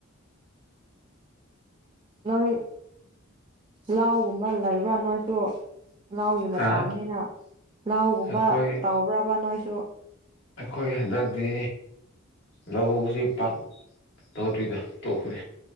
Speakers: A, on the right; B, on the left.
A: ꯅꯣꯏ ꯂꯧꯒꯨꯝꯕ ꯂꯩꯕ꯭ꯔꯥ ꯅꯣꯏꯁꯨ ꯂꯧꯒꯤ ꯃꯇꯥꯅꯤꯅ
B: ꯍꯥ
A: ꯂꯎꯒꯨꯝꯕ
B: ꯑꯩꯈꯣꯏ
A: ꯇꯥꯎꯕ꯭ꯔꯕ ꯅꯣꯏꯁꯨ
B: ꯑꯩꯈꯣꯏ ꯍꯟꯗꯛꯇꯤ ꯂꯧꯁꯤ ꯄꯥꯛ ꯇꯧꯗꯔꯤꯗ ꯇꯣꯛꯈ꯭ꯔꯦ